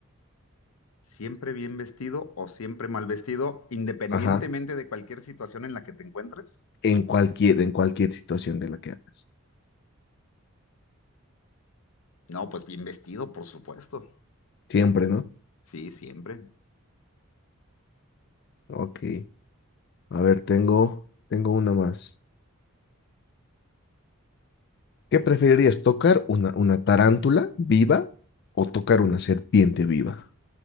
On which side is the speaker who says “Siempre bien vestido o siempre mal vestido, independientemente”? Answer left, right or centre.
Left